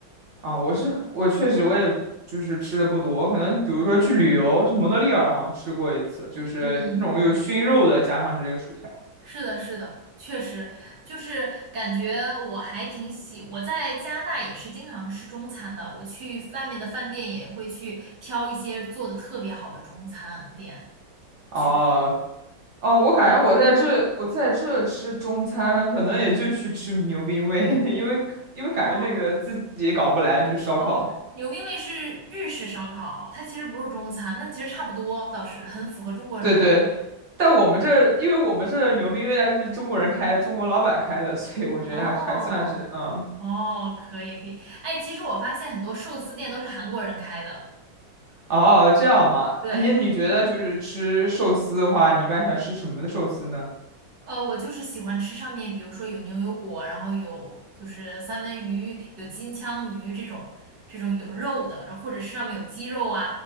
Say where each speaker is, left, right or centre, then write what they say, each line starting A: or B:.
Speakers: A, on the right (about 40°); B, on the right (about 60°).
A: 啊，我是很我确实我也就是吃的不多，可能比如说去旅游，去蒙特利尔好像吃过一次，就是那种有熏肉的，
B: 嗯。
A: 加上这个薯条。
B: 是的，是的，确实，就是感觉我还挺喜，我在加拿大也是经常吃中餐的，我去外面的饭店也会去挑一些做的特别好的中餐店
A: 哦
B: 去吃。
A: 哦，我感觉我在这我在这吃中餐，可能也就去吃牛冰味，<laughs> 因为因为感觉那个自己也搞不来，
B: 哦
A: 就是烧烤。
B: 哦，牛冰味是日式烧烤，它其实不是中餐，但其实差不多，倒是很符合中国人的口
A: 对对，但我们这儿，因为我们这儿牛逼未来是中国人开，中国老板开的，所以我觉得还是还算是，
B: 味。哦
A: 嗯，
B: 哦，可以可以，哎，其实我发现很多寿司店都是韩国人开的，
A: 哦，这样嘛，
B: 对。
A: 啊你你觉得就是吃寿司的话，你一般喜欢吃什么的寿司呢？
B: 呃，我就是喜欢吃上面，比如说有牛油果，然后有就是三文鱼，有金枪鱼这种这种有肉的，然后或者是上面有鸡肉啊，